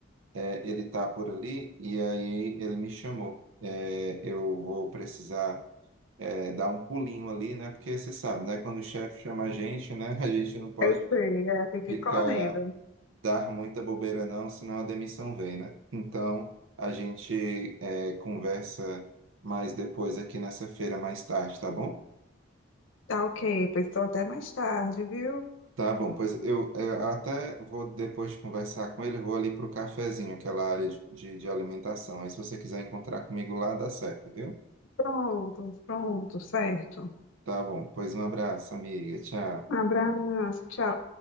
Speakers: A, on the right; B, on the left.
A: É, ele tá por ali e aí ele me chamou. É, eu vou precisar, é, dar um pulinho ali, né? Porque você sabe, né? Quando o chefe chama a gente, né? <laughs> A gente não pode
B: eu sei, é, tem que
A: ficar
B: ir correndo.
A: dar muita bobeira não, senão a demissão vem, né? Então, a gente é, conversa mais depois aqui nessa feira, mais tarde, tá bom?
B: Tá ok, pois estou até mais tarde, viu?
A: Tá bom, pois eu, é, até vou depois conversar com ele, eu vou ali pro cafezinho, aquela área de, de, de alimentação. Aí se você quiser encontrar comigo lá, dá certo, viu?
B: Pronto, pronto, certo.
A: Tá bom, pois um abraço, amiga. Tchau.
B: Abraço, tchau.